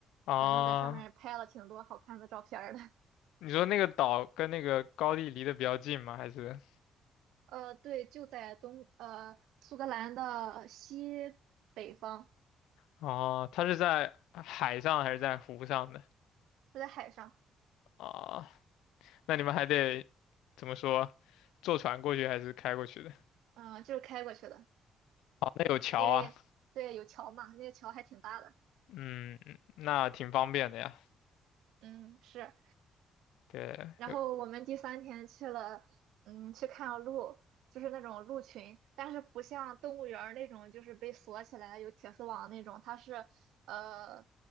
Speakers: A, on the left; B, on the right.
A: 啊。
B: 反正在上面拍了挺多好看的照片儿的。
A: 你说那个岛跟那个高地离得比较近吗？还是？
B: 呃，对，就在东呃苏格兰的西北方，
A: 哦，它是在海上还是在湖上的？
B: 就在海上。
A: 啊，那你们还得怎么说？坐船过去还是开过去的？
B: 嗯，就是开过去的，
A: 哦，那有桥啊，
B: 因为对有桥嘛，那个桥还挺大的。
A: 嗯，那挺方便的呀。
B: 嗯，是，
A: 对，
B: 然后我们第三天去了，
A: 有
B: 嗯，去看鹿，就是那种鹿群，但是不像动物园儿那种，就是被锁起来有铁丝网那种，它是呃